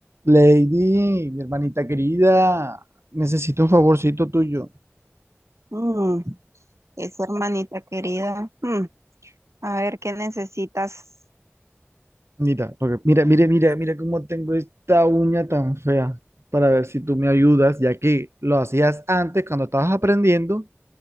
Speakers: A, on the right; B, on the right.
A: Lady, mi hermanita querida, necesito un favorcito tuyo.
B: Mm, esa hermanita querida. Mm, a ver, ¿qué necesitas?
A: Mira, porque mira, mira, mira, mira cómo tengo esta uña tan fea. Para ver si tú me ayudas, ya que lo hacías antes cuando estabas aprendiendo,